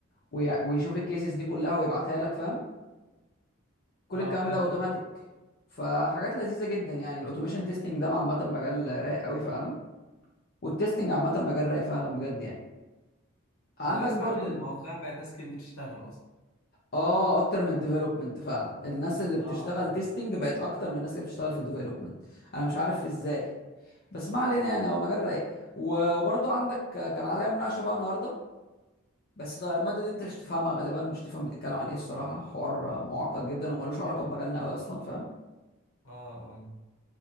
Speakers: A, on the left; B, on the left.
A: وي- ويشوف الكيسز دي كلها ويبعتها لك فاهم كل
B: اه
A: الكلام
B: فاهم
A: ده اوتوماتيك فحاجات لذيذه جدا يعني الاوتوميشن تيستنج ده عامه مجال رايق قوي فعلا والتيستنج عامه مجال رايق فعلا بجد يعني عندك
B: انا بسمع
A: برضو
B: ان
A: ال-
B: مؤخرا بقت ناس كتير بتشتغل اصلا
A: اه اكتر من الديفلوبمنت فعلا الناس اللي بتشتغل
B: اه
A: تيستنج بقت اكتر من الناس اللي بتشتغل في الديفلوبمنت انا مش عارف ازاي بس ما علينا يعني هو مجال رايق و- وبرضو عندك كان عليا مناقشه بقى النهارده بس طيب الماده دي انت مش تفهمها غالبا مش تفهم بتتكلم عن ايه الصراحه حوار معقد جدا وملوش علاقه بمجالنا قوي اصلا فاهم
B: اه اه